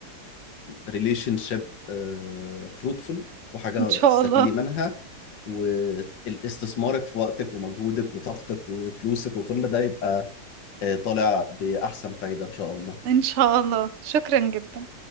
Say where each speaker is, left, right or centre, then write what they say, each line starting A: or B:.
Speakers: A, on the left; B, on the right.
A: ريليشن شيب فروتفul وحاجة
B: ان شاء
A: تستفيدي
B: الله
A: منها واستثمارك في وقتك ومجهودك وطاقتك وفلوسك وكل ده يبقى آه، طالع بأحسن فايدة إن شاء الله
B: ان شاء الله شكرا جدا